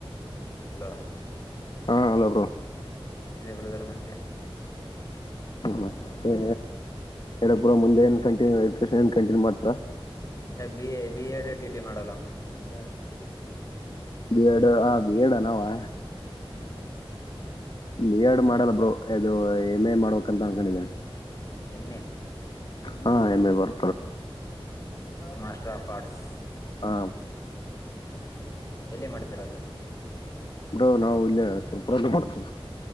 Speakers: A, on the left (about 35°); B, on the left (about 55°).
A: ಅಲೋ
B: ಹಾ ಅಲ್ಲ
A: ಹ್ಮ
B: ಬ್ರೋ
A: ಇಲೆ ಬ್ರದರ್ ಮತ್ತೆ
B: ಮತ್ತೆ ಎಡ ಪುರ ಮುಂದೆ ಏನ್ ಕಂಟಿನ್ಯೂ ಎಜ್ಕೇಶನ್ ಎನ್ ಕಂಟಿನ್ಯೂ ಮಾಡ್ತ್ ರಾ?
A: ಏ B B Ed T T ಮಾಡಲ್ಲ ಮತ್ತೆ ಮುಂದ
B: ಬಿ ಎಡ್ ಹ ಬಿ ಎಡ್ ಅನವಾ
A: ಹ್ಮ್
B: ಬಿ ಎಡ್ ಮಾಡಲ್ಲ ಬ್ರೋ ಅದು ಎಮ್ ಎ ಮಾಡ್ಬೇಕಂತ ಅನ್ಕೊಂಡಿದಿನಿ.
A: ಹೂ
B: ಹಾ ಎಮ್ಮೆ ಬರು
A: ಮಾಸ್ಟರ್ ಆಫ್ ಆರ್ಟ್ಸ್
B: ಹಾ
A: ಎಲ್ಲಿ ಮಾಡ್ ತೀರದ್.
B: ಬ ನಾವು ಇಲ್ಲೆಯ ಸಲ್ ಪ್ರದ್ ಮಾಡ್ತೀ.